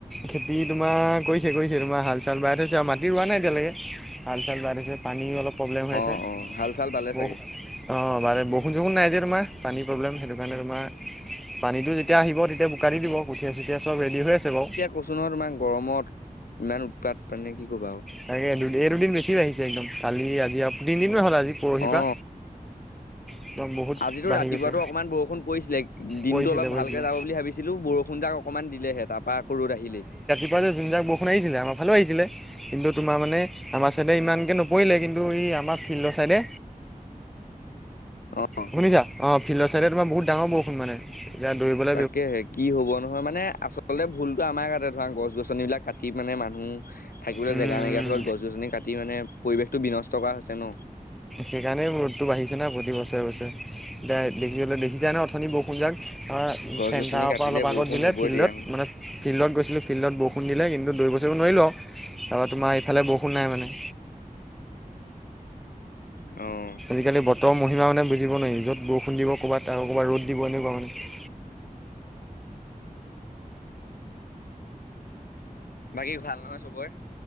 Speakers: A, in the centre; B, on the left.
A: খেতি তোমাৰ কৰিছে কৰিছে তোমাৰ হাল চাল বাই থৈছে আও মাটি ৰোৱা নাই এতিয়ালৈকে হাল চাল বাই থৈছে পানীও অলপ প্ৰব্লেম হৈ আছে
B: অ অ হাল চাল বালে
A: বহু
B: চাগে
A: অঁ বালে বৰষুণ চষুণ নাই যে তোমাৰ পানী প্ৰব্লেম সেইটো কাৰণে তোমাৰ পানীটো যেতিয়া আহিব তেতিয়া বোকা দি দিব কঠীয়া চুঠীয়া চব ৰেডি হৈ আছে বাৰু
B: কৈচো নহয় তোমাৰ গৰমত ইমান উৎপাত মানে কি ক'বা আও
A: তাকে দুদিন এই দুদিন বেছি আহিছে একদম কালি আজি আৰু তিনি দিনমান হ'ল আজি পৰহি
B: অ
A: পৰা একদম বহুত
B: আজিতো
A: বাঢ়ি
B: ৰাতিপুৱাতো
A: গৈছে
B: অকমান বৰষুণ পৰিছিলে দিনতটো
A: পৰিছিলে
B: অলপ
A: পৰিছিলে
B: ভালকে যাব বুলি ভাবিছিলো বৰষুণ যাক অকণমান দিলেহে তাৰপা আকৌ ৰ'দ আহিলেই
A: া যে <unintelligible> যোন যাক বৰষু আহিছিলে আমাৰালো আহিচিলে কিন্তু তোমাৰ মানে আমাৰ ছাইডে ইমানকে নপৰিলে কিন্তু ই আমাৰ ফিল্ডৰ ছাইডে
B: অ
A: শুনিছা অ ফিল্ডৰ চাইডে তোমাৰ বহুত ডাঙৰ বৰষুণ মানে এতিয়া দৌৰিবলে
B: তাকেহে কি হ'ব নহয় মানে আচল আচলতে ভুলটো আমাৰ গাতে ধৰা গছ গছনিবিলাক কাটি মানে মানুহ থাকিবলৈ
A: উম,
B: জেগা নাইকিয়া ফলত গছনি কাটি ৰা মানে পৰিৱেশটো বিনষ্ট কৰা হৈছে ন
A: সেইকাৰণেই ৰ'দটো বাঢ়িছে না প্ৰতি বছৰে বছৰে এতিয়া দেখিবলৈ দেখিচাই নহয় অথনি বৰষুণ যাক চেণ্টাৰৰ
B: গছ গছনি কাটিলে
A: পৰা অলপ আগত
B: বৰষুণ
A: দিলে
B: হ'বই
A: ফিল্ডত
B: দিয়া চোন
A: মানে ফিল্ডত গৈছিলোঁ ফিল্ডত বৰষুণ দিলে কিন্তু দৌৰিব সৌৰিব নোৱাৰিলোঁ আও তাৰপৰা তোমাৰ এইফালে বৰষুণ নাই মানে
B: অঁ
A: আজি কালি বতৰ মহিমা মানে বুজিব <unintelligible> নোৱাৰি যত বৰষুণ দিব ক'ৰবাত আৰু ক'ৰব ৰ'দ দিব এনেকুৱা মানে।
B: বাকী ভাল নহয় চবৰে